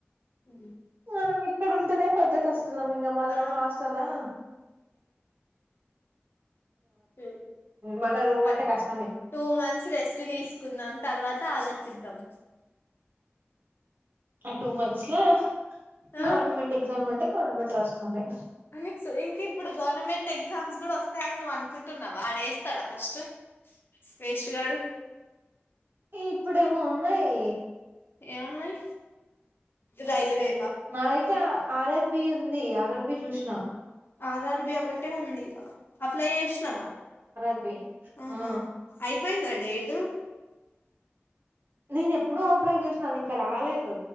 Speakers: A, on the left; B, on the right.
A: ఉమ్.
B: మనం ఇక్కడ ఉంటేనే పెద్ద కష్టలం ఇంకా మళ్ళ
A: ఆ
B: హాస్టలా
A: హు
B: మళ్ళా రూమ్
A: ఒక
B: అంటే కష్టమే
A: టూ మంత్స్ రెస్ట్ తీసుకుంనా తర్వాత ఆలోచిద్దాం
B: ఆ టూ మంత్స్ లో
A: ఆ
B: గవర్నమెంట్ ఎగ్జామ్లు ఉంటే గవర్నమెంట్ రాసుకోండి
A: అనిఇచ్చి ఇంక ఇప్పుడు గవర్నమెంట్ ఎగ్జామ్స్ కూడా వస్తాయని నువ్వు అనుకుంటున్నావా వాడు వేస్తాడా ఫస్ట్ వేస్ట్ గాడు
B: ఇప్పుడేమో ఉన్నాయి
A: ఎమన్నాయి రైల్ వేవి
B: నాదైతే ఆర్ఆర్ బి ఉంది ఆర్ఆర్ బి చూసిన
A: ఆర్ఆర్ బి ఒకటే ఉంది అప్లై చేసినావా
B: అపి
A: ఆహా
B: ఆ
A: అయిపోయిందా డేట్ టు
B: నేను ఎప్పుడో అప్లై చేసిన అది ఇంకా రాలేదు